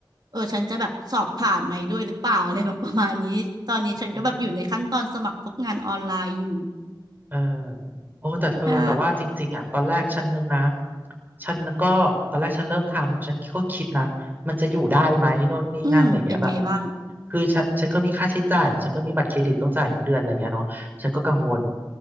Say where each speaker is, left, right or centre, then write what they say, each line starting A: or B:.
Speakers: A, on the right; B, on the right.
A: เออฉันจะแบบสอบผ่านไหมด้วยหรือเปล่าอะไรแบบประมาณนี้ตอนนี้ฉันก็แบบอยู่ในขั้นตอนสมัครพวกงานออนไลน์อยู่
B: ม เออโอ้แต่เธอแต่ว่าจริงๆอ่ะตอนแรกฉันนึกนะ
A: ใช่
B: ฉันก็ตอนแรกฉันเริ่มทำฉันก็คิดนะมันจะอยู่ได้ไหมโน่นนี่นั่นอะไรเงี้ยแบบ
A: อืมเป็นไงบ้าง
B: คือฉันฉันก็มีค่าใช้จ่ายเนอะฉันก็มีบัตรเครดิตต้องจ่ายทุกเดือนอะไรเงี้ยเนาะฉันก็กังวล